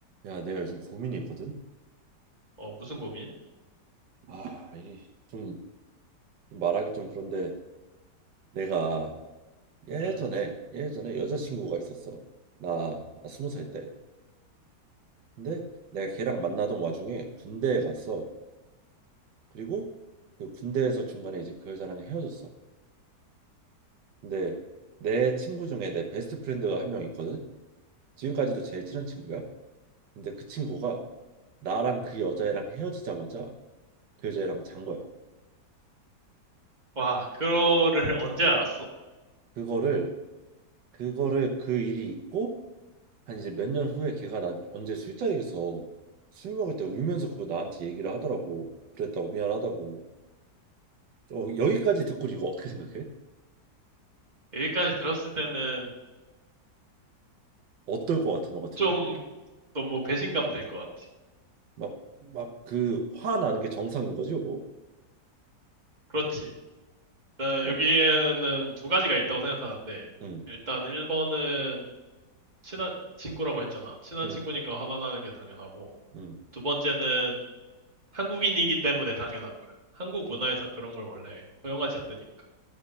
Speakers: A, on the right (about 80°); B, on the right (about 25°).
A: 야, 내가 요즘 고민이 있거든.
B: 어, 무슨 고민?
A: 아, 이 좀 말하기 좀 그런데 내가 예전에
B: 음.
A: 예전에 여자친구가 있었어. 나 나 스무 살 때. 근데 내가 걔랑 만나던 와중에 군대에 갔어. 그리고 그 군대에서 중간에 이제 그 여자랑 헤어졌어. 근데 내 친구 중에 내 베스트 프렌드가 한 명 있거든. 지금까지도 제일 친한 친구야. 근데 그 친구가 나랑 그 여자애랑 헤어지자마자 그 여자애랑 잔 거야.
B: 와, 그거를 <laughs> 언제 알았어?
A: 그거를 그거를 그 일이 있고 한 이제 몇 년 후에 걔가 나 언제 술자리에서 술 먹을 때 울면서 그거 나한테 얘기를 하더라고. 그랬다고 미안하다고. 어, 여기까지 듣고 이거 어떻게 생각해?
B: 여기까지 들었을 때는
A: 어떨 것 같아 너 같으면?
B: 좀 너무 배신감 될 것 같아.
A: 막 막 그 화나는 게 정상인 거지 요거.
B: 그렇지. 나
A: 그래.
B: 여기에는 두 가지가 있다고 생각하는데,
A: 응,
B: 일단 1번은 친한 친구라고 했잖아. 친한
A: 응,
B: 친구니까 화가 나는 게 당연하고,
A: 응.
B: 두 번째는 한국인이기 때문에 당연한 거야. 한국 문화에선 그런 걸 원래 허용하지 않으니까.